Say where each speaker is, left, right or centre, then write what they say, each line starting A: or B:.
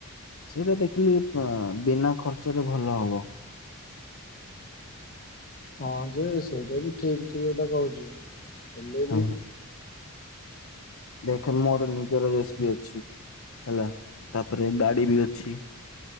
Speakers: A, on the left; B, on the left.
A: ସେଇଟା ଦେଖିଲି ଫ-ବିନା ଖର୍ଚ୍ଚରେ ଭଲ ହବ।
B: ହଁ ଯେ ସେଇଟା ବି ଠିକ ତୁ ଯୋଉଟା କହୁଛୁ, ହେଲେ
A: ହଁ
B: ବି
A: ଦେଖେ ମୋର ନିଜର ଜେସିବି ଅଛି, ହେଲା, ତାପରେ ଗାଡି ବି ଅଛି।